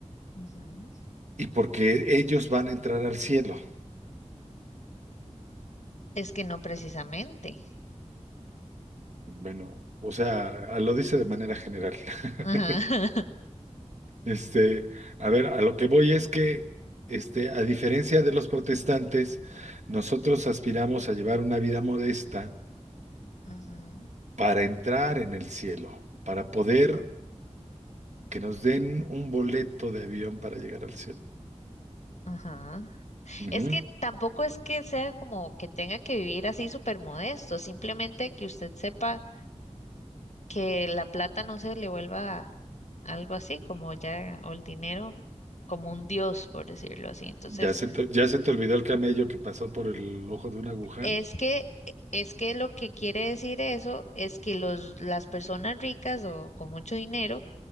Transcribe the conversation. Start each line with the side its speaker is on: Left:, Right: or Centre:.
Left: ujú.
Right: y porque ellos van a entrar al cielo.
Left: Es que no precisamente.
Right: Bueno, o sea, lo dice de manera general. <laughs>
Left: Ajá, <laughs>
Right: Este, a ver, a lo que voy es que, este, a diferencia de los protestantes, nosotros aspiramos a llevar una vida modesta
Left: ujú,
Right: para entrar en el cielo, para poder que nos den un boleto de avión para llegar al cielo.
Left: ajá.
Right: Ujú.
Left: Es que tampoco es que sea como que tenga que vivir así súper modesto, simplemente que usted sepa. que la plata no se le vuelva algo así, como ya, o el dinero como un dios, por decirlo así. Entonces,
Right: Ya se te, ya se te olvidó el camello que pasó por el ojo de una aguja.
Left: es que, es que lo que quiere decir eso es que los, las personas ricas o con mucho dinero,